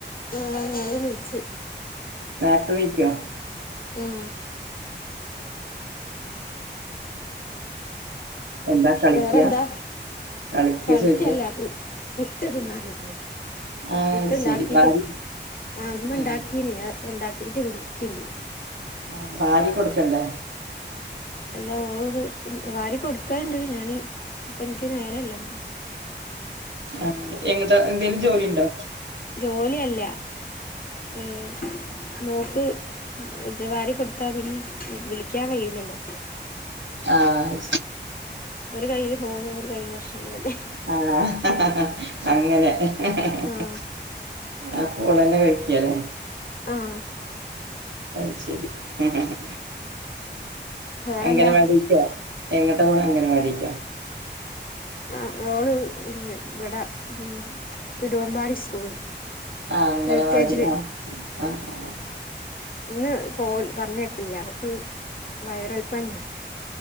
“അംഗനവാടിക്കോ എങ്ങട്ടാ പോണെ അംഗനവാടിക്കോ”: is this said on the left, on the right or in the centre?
Right